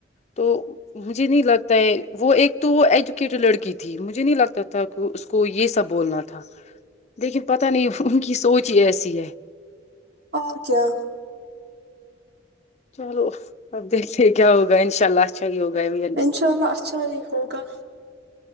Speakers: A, on the left (about 40°); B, on the right (about 65°).
A: تو مجھے نہیں لگتا وہ ایک تو ایجوکیٹڈ لڑکی تھی مجھے نہیں لگتا تھا کہ اس کو یہ سب بولنا تھا لیکن پت نہیں ان کی سوچ ہی ایسی ہے
B: اور کیا؟
A: چلو اب دیکھ لے کیا ہوگا انشاء اللہ اچھا ہی ہوگا اویئرنیس
B: انشاء اللہ اچھا ہی ہوگا